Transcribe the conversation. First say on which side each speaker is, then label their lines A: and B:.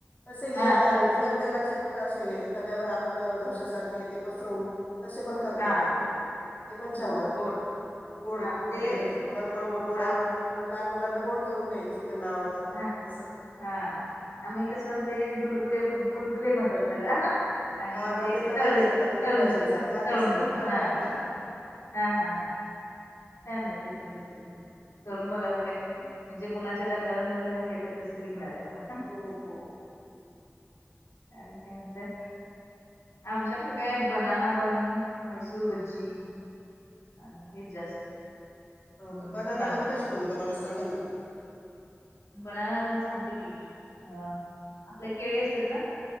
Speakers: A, on the left; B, on the left.
A: तस हे
B: हा
A: आ
B: तळ
A: बिगर तेलाचे पण असे तव्यावर आपण ढोश्या सारखे ते पसरून तसे पण करता
B: हा
A: येतात ते. पण छान
B: गोड
A: लागता.
B: गोड
A: गोड
B: हा मग
A: गोड
B: ते
A: धीरडे. कोणाला कोणाला गोड
B: हा
A: आवडत त मग लहान मुलांना गोड करून द्यायचे त्यांना आवडतात तर
B: हा
A: अस.
B: हा आम्ही कस, ते गुलगुले गुलगुले म्हणतात त्याला. आणि
A: हा
B: ते
A: मग तळून
B: तळले
A: घेता ना तुम्ही
B: तळू
A: भजनसारखे हा
B: तळून
A: तसे
B: घेता.
A: पण करता
B: हा
A: येता
B: हा हा हा. छान आहे ती पण रेसिपी.
A: हो
B: करून बघायला काय म्हणजे, मुलांच्या डब्याला नवीन नवीन काहीतरी रेसिपी मिळाली मला.
A: हो हो
B: आणि काय म्हणताय? आमच्याकडे काय बनाना बन, मैसूर भज्जी आणि हेच जास्त.
A: हो
B: हम्म
A: का, बनाना
B: कांदा
A: बन
B: भजी
A: कशे बनवता मला सांगा ना.
B: बनाना बन पण सांगते की, अ आपल्या केळी असतात ना.